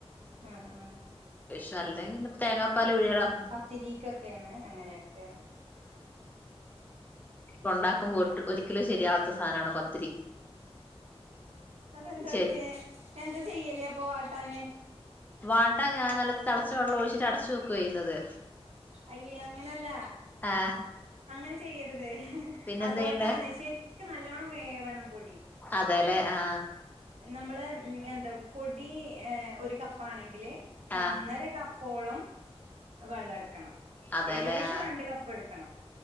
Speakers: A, on the right; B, on the left.
A: ആ ആ
B: <unintelligible>
A: പത്തിരി
B: പിഴിയണം
A: പത്തിരിക്കൊക്കെയാണ് അങ്ങനെയൊക്കെയാണ്
B: ഉണ്ടാക്കുമ്പോട്ടും ഒരിക്കലും ശരിയാവ ത്ത സാനാണ് പത്തിരി
A: അതെന്താറ്റിയെ
B: ശരി
A: എന്താ ചെയ്യല് അപ്പൊ അ തന്നെ
B: വാട്ട ഞാൻ നല്ല തെളച്ച വെള്ളൊഴിച്ചിട്ട് അടച്ചു വെയ്ക്കുവാ ചെയ്യുന്നത്
A: അയ്യേ അങ്ങനല്ല
B: ആ
A: അങ്ങനെ ചെയ്യരു ത്
B: പിന്നെന്താ
A: അതൊണ്ടാണ്
B: ചെയ്യണ്ടേ?
A: ശരിക്കും നല്ലോണം വേവണം പൊയി
B: അതെല്ലേ ആ
A: നമ്മള് എന്താ പൊടി ഒരു കപ്പാണെ ങ്കില്
B: ആ
A: ഒന്നര കപ്പോളം വെള്ളേടെ ക്കണം
B: അതേല്ലേ
A: ഏകദേശം
B: ആ
A: രണ്ട് കപ്പെടെക്കണം